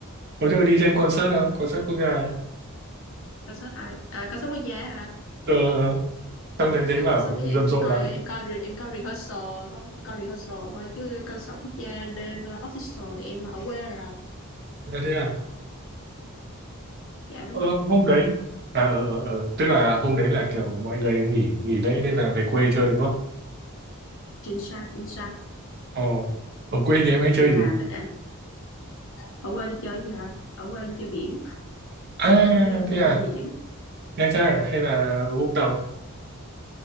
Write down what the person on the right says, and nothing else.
hôm trước có đi xem concert không? Concert quốc gia ấy.
Ờ, trong đấy thấy
bảo
rầm
rộ
lắm.
À, thế à?
Ờ,
hôm đấy à ờ ờ ờ, tức là hôm đấy là kiểu mọi người nghỉ nghỉ lễ nên là về quê chơi đúng không?
Ồ, ở quê thì em hay chơi
gì?
À
thế
à,
Nha Trang à hay là Vũng Tàu?